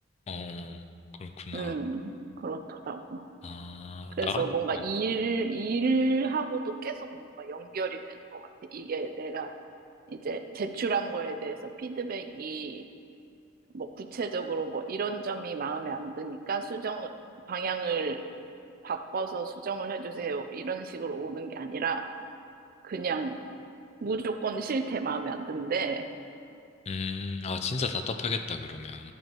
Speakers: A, on the left; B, on the right.
A: 어, 그렇구나.
B: 음, 그렇더라고.
A: 아,
B: 그래서
A: 나,
B: 뭔가
A: 어.
B: 일, 일하고도 계속 뭔가 연결이 되는 것 같아. 이게 내가 이제 제출한 거에 대해서 피드백이 뭐 구체적으로 뭐 이런 점이 마음에 안 드니까 수정 방향을 바꿔서 수정을 해주세요. 이런 식으로 오는 게 아니라 그냥 무조건 싫대 마음에 안 든대.
A: 음, 아, 진짜 답답하겠다, 그러면.